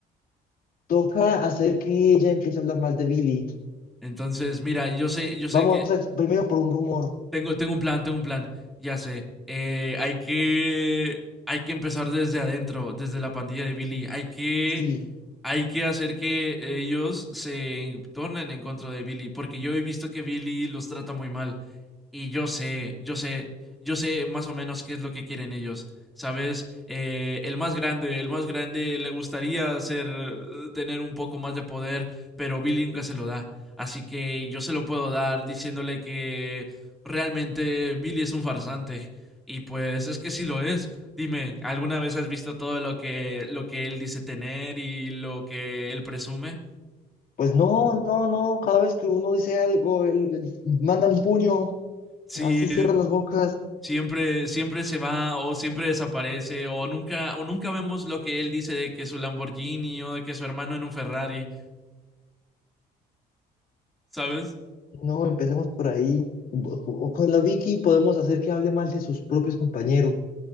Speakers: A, on the left; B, in the centre.
A: Toca hacer que ella empiece a hablar mal de Billy.
B: Entonces, mira, yo sé, yo sé
A: Vamos
B: que
A: a, ex- primero por un rumor.
B: Tengo, tengo un plan, tengo un plan. Ya sé. Eh, hay que. Hay que empezar desde adentro, desde la pandilla de Billy. Hay que.
A: Sí.
B: Hay que hacer que ellos se tornen en contra de Billy. Porque yo he visto que Billy los trata muy mal. Y yo sé, yo sé, yo sé más o menos qué es lo que quieren ellos. ¿Sabes? Eh, el más grande, el más grande le gustaría ser, tener un poco más de poder, pero Billy nunca se lo da. Así que yo se lo puedo dar diciéndole que realmente Billy es un farsante. Y pues es que sí lo es. Dime, ¿alguna vez has visto todo lo que, lo que él dice tener y lo que él presume?
A: Pues no, no, no. Cada vez que uno dice algo, él, él manda un puño.
B: Sí,
A: Así cierra las bocas.
B: siempre, siempre se va o siempre desaparece o nunca, o nunca vemos lo que él dice de que su Lamborghini o de que su hermano en un Ferrari, ¿sabes?
A: No, empecemos por ahí. Bo- co- Con la Vicky podemos hacer que hable mal de sus propios compañeros.